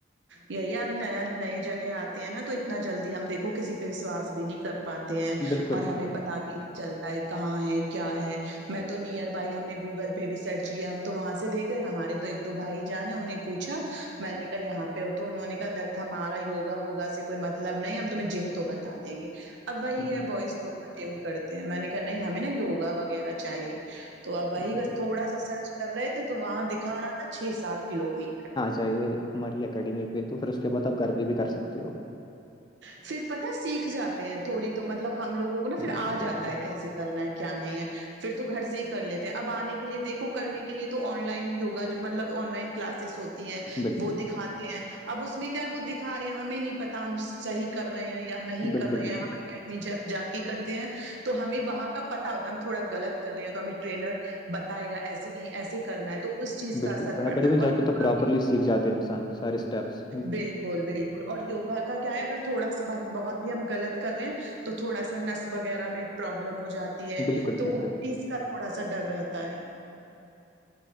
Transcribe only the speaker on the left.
بالکل
بالکل
ہ
بالکل
چاہیے ہماری اکیڈمی پہ تو پھر اس کے بعد آپ گھر پہ بھی کر سکتے ہو
بالکل
بالکل
بالکل
بالکل
بالکل
بالکل
تو
اکیڈمی
جا
کے تو پراپرلی سیکھ جاتے ہیں انسان سارے اسٹیپس
بالکل
بالکل